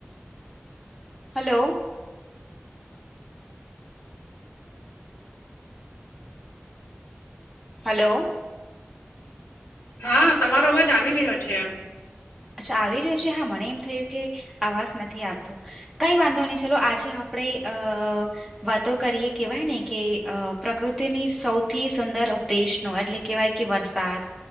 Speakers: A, in the centre; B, on the left.
A: હલો હલો
B: હા તમારો અવાજ આવી રહ્યો છે.
A: અચ્છા. આવી રહ્યો છે હા, મને એમ થયું કે આવાજ નથી આવતો કઈ વાંધો નહી ચલો આજે આપણે આ વાતો કરીએ કેવાય ને કે પ્રકૃતિની સૌથી સુંદર ઉપદેશનો એટલે કેહેવાય. કે વરસાદ